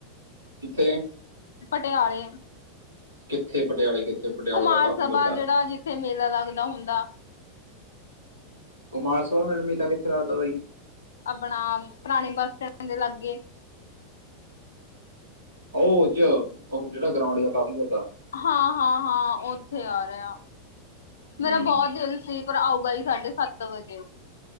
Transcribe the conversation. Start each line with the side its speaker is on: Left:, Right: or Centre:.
Right: ਕਿੱਥੇ?
Left: ਪਟਿਆਲੇ
Right: ਕਿੱਥੇ, ਪਟਿਆਲੇ ਕਿੱਥੇ? ਪਟਿਆਲਾ
Left: ਕੁਮਾਰ
Right: ਦਾ ਕਾਫੀ
Left: ਸਭਾ,
Right: ਵੱਡਾ
Left: ਜਿਹੜਾ,
Right: ਹੈ
Left: ਜਿੱਥੇ ਮੇਲਾ ਲੱਗਦਾ, ਹੁੰਦਾ।
Right: ਕੁਮਾਰ ਸਬਾ, ਮਿਲ ਮੇਲਾ ਕਿੱਥੇ ਲਗਦਾ ਬਾਈ?
Left: ਆਪਣਾ, ਪੁਰਾਣੇ ਬੱਸ ਸਟੈਂਡ ਦੇ ਲਾਗੇ।
Right: ਓਹ ਔਚ ਉਹੋ, ਜਿਹੜਾ ਗਰਾਉਂਡ ਜੇਹਾ, ਕਾਫੀ ਵੱਡਾ ਐ।
Left: ਹਾਂ-ਹਾਂ ਹਾਂ, ਉੱਥੇ ਆ ਰੇਆ,
Right: ਹੂੰ
Left: ਮੇਰਾ ਬੋਤ ਦਿਲ ਸੀ ਫੇਰ, ਆਓਗਾ ਬਾਈ ਸਾਢੇ ਸੱਤ ਵਜੇ।